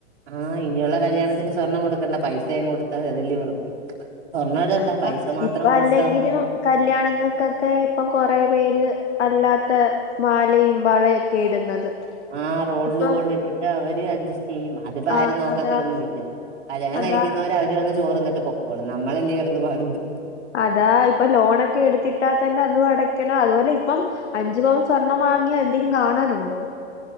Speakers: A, on the right; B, on the left.
A: ആ ഇനിയുള്ള കല്യാണത്തിന് സ്വർണം കൊടുക്കണ്ട പൈസയങ്ങു കൊടുത്താമതി അതല്ലെ വൃത്തി സ്വർണ്ണം ഇടണ്ട
B: അ
A: പൈസ മാത്രം
B: ഇപ്പൊ
A: കൊടുത്താ
B: അല്ലെങ്കിലും
A: മതി
B: കല്യാണങ്ങൾക്കൊക്കെ ഇപ്പൊ കൊറേ പേര് അല്ലാത്ത മാലയും വളേം ഒക്കെ ഇടുന്നത്
A: ആ റോൾഡ്
B: ഇപ്പം
A: ഗോൾഡ് ഇട്ടിട്ട് അവര് അഡ്ജസ്റ്റ് ചെയ്യും അതിപ്പോ
B: ആഹ്
A: ആരും നോക്കത്തി
B: അതാ
A: ഒന്നും ഇല്ല കല്യാണം
B: അതാ
A: കഴിക്കുന്നവര് അവര് വന്ന് ചോറിന്ന ട്ട് പൊക്കോളും നമ്മളല്ലേ കെടന്ന് പാട്പെടു
B: അതാ ഇപ്പ ലോണൊക്കെ എടുത്തിട്ടാ തന്നെ അതുവടക്കണം അതുപോലെ ഇപ്പം അഞ്ചു പവൻ സ്വർണം വാ വാങ്ങിയ എന്തേലും കാണാനുണ്ടോ?